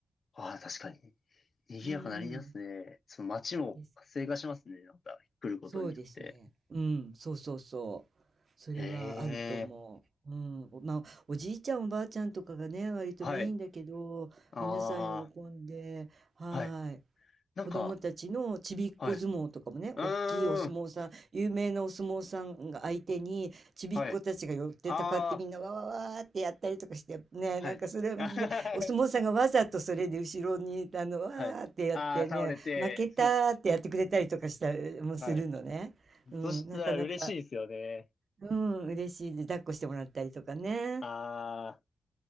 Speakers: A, on the left (about 55°); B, on the right (about 55°).
A: ああ、確かに。賑やかになりますね。
B: うん。
A: その街も活性化しますね。
B: です。
A: なんか、来ることによって。
B: そうですね。うん、そうそうそう。それはあると思う。
A: へえ。
B: うん、おまあ、おじいちゃんおばあちゃんとかがね、割とメインだけど、
A: はい。あ
B: 皆さん喜んで、はい。
A: あ、はい。なんか、
B: 子供たちのちびっこ相撲とかもね、
A: はい。うーん。
B: おっきいお相撲さん、有名なお相撲さんが相手に、ちびっこたちが寄ってたかってみんなわわわーってやったりとかして、
A: はい。ああ、
B: ね、
A: はい。
B: なんかそれで、
A: <laughs> あはは
B: ねお相撲さんがわざとそれで後ろに、あの、わーってやってね、
A: はい。ああ、倒れて。
B: 負けたーってやってくれたりとかしたりもするのね。
A: はい。
B: うん、
A: そしたら嬉しいですよね。
B: なかなか、うん、嬉しいで、抱っこしてもらったりとかね。
A: ああ、